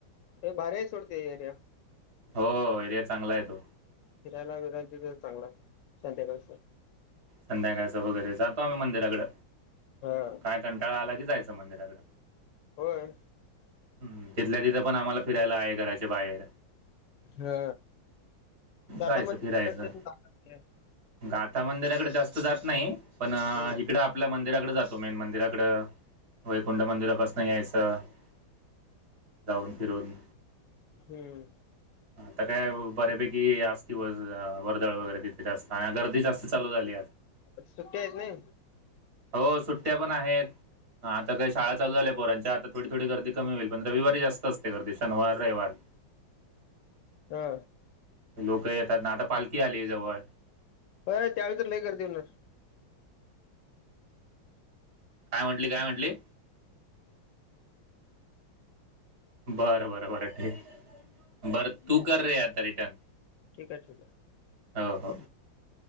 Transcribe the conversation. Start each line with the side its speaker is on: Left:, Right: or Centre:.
Left: ए बारा सोडते यर्या
Right: हो एरिया चांगला आहे तो,
Left: फिरायला-फिरायच तर चांगला संध्याकाळ,
Right: संध्याकायचं वगैरे जातो आम्ही मंदिराकड
Left: हां.
Right: काय कंटाळा आला कि जायचं मंदिराकड
Left: होय,
Right: हम्म तिथल्या तिथं पण आम्हाला फिरायला आहे घराच्या बाहेर
Left: हा दातमध्ये,
Right: जायचं फिरायचं गाथा मंदिराकडे जास्त जात नाही पण
Left: हं.
Right: इकडं आपल्या मंदिराकडे जातो मेन मंदिरा वैकुंठ मंदिरापासन यायचं <inaudible> जाऊन फिरून
Left: हम्म,
Right: ता काय बऱ्यापैकी असती व वर्दळ वगैरे तिथे जास्त आणि गर्दीच असते चालू झाली
Left: सुट्टी आहेत नाही
Right: हो सुट्ट्या पण आहेत. हाता का शाळा लू झाल्या पोरांच्या आता थोडी थोडी गर्दी कमी होईल पण रविवारी जास्त असते गर्दी शनिवार रविवार <inaudible>
Left: हा,
Right: लोक येतात ना आता पालखी आली जवळ
Left: अ त्यावेळी तर लय कर होणार,
Right: काय म्हंटली काय म्हटली, बरं-बरं बरं! ठीक बरं तू कर रे आता रिटर्न
Left: ठीक आहे ठीक आहे,
Right: हो-हो,